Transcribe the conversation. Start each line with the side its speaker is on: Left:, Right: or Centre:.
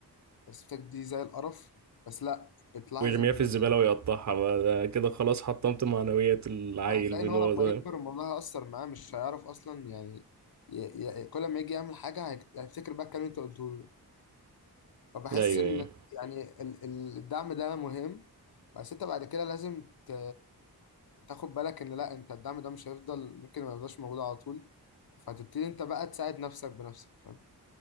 Left: رسمتك دي زي القرف بس لا بتلاحظ
Right: ويرميها
Left: ان
Right: في الزبالة ويقطعها بقى ده كده خلاص حطمت معنويات العيل
Left: هتلاقي
Right: من
Left: ان هو
Right: وهو
Left: لما
Right: صغير
Left: يكبر الموضوع هيأثر معاه مش هيعرف اصلا يعني ي... ي... كل ما يجي يعمل حاجه هيك- هيفتكر بقى الكلام اللي انت قلته له فبحس
Right: أيوة
Left: ان
Right: أيوة.
Left: يعني ال- ال- الدعم ده مهم بس انت بعد كده لازم ت- تاخد بالك ان لا انت الدعم ده مش هيفضل ممكن ما يفضلش موجود على طول فهتبتدي انت بقى تساعد نفسك بنفسك فاهم